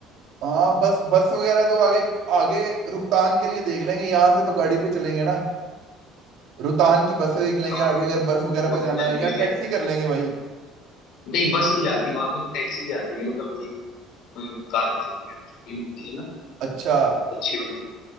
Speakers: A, on the right; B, on the left.
A: हाँ बस बस वगैरह तो आगे आगे रोहतांग के लिए देख लेंगे यहाँ से तो गाड़ी पे चलेंगे ना रोहतांग की बस देख लेंगे
B: हाँ
A: आगे अगर बर्फ वगैरह
B: वो
A: पे
B: तो
A: जाना
B: मैं
A: है
B: भूल
A: या
B: ही गया
A: टैक्सी
B: था।
A: कर लेंगे भाई
B: नहीं बस नहीं जाती वहां तो टैक्सी जाती है मतलब वही अ, कार वार वगैरह जो भी होती है ना
A: अच्छा
B: अच्छी वाली